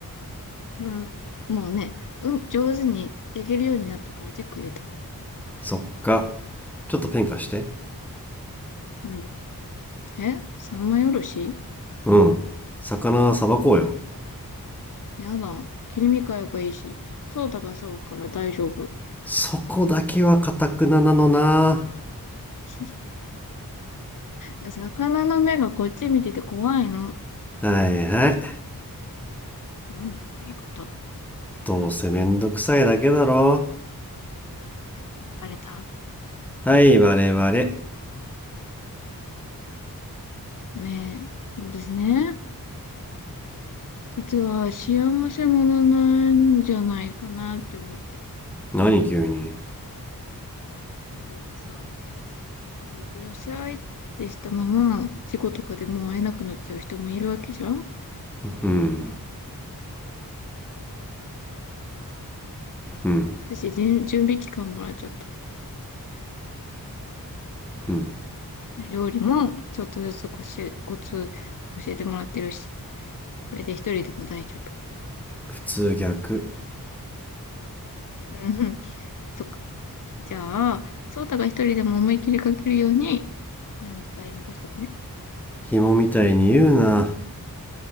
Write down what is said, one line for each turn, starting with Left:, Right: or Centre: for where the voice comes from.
Left: うん。もうね、うん、上手に焼けるようになったからチェック入れた。
Centre: そっか。ちょっとペン貸して。
Left: うん。え三枚おろし
Centre: うん。魚さばこうよ。
Left: やだ。切り身買えばいいし。そうたが騒ぐから大丈夫。
Centre: そこだけはかたくななのな。
Left: <laughs> 魚の目がこっち見てて怖いの。
Centre: はいはい。
Left: 何その言い方。
Centre: どうせめんどくさいだけだろ。
Left: バレた
Centre: はい、我々。
Left: ねえ。そうですね。実は幸せ者なんじゃないかなって思って。
Centre: 何急に。
Left: いや、だってさ、朝行ってらっしゃいってしたまま、仕事とかでもう会えなくなっちゃう人もいるわけじゃん
Centre: うん、うん、
Left: 私、じゅ準備期間もらっちゃった。
Centre: うん。
Left: 料理も、ちょっとずつこし、コツ教えてもらってるし、これで一人でも大丈夫。
Centre: 普通逆。
Left: うん、そっか。じゃあ、翔太が一人でも思い切りかけるように、お金いっぱい残しておくね。
Centre: 紐みたいに言うな。